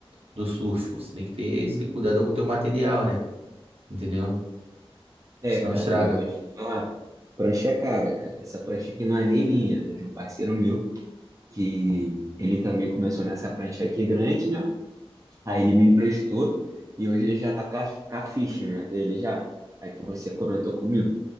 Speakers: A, on the right (about 70°); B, on the right (about 35°).
A: do surf. Você tem que ter esse cuidado com o teu material, né? Entendeu?
B: É,
A: Senão
B: cara,
A: estraga.
B: e vou te falar, prancha é cara, cara. Essa prancha aqui não é nem minha, é de um parceiro meu, que ele também começou nessa prancha aqui grande, né? Aí ele me emprestou e hoje ele já tá com a, com a ficha, né, dele já, a que você comentou comigo.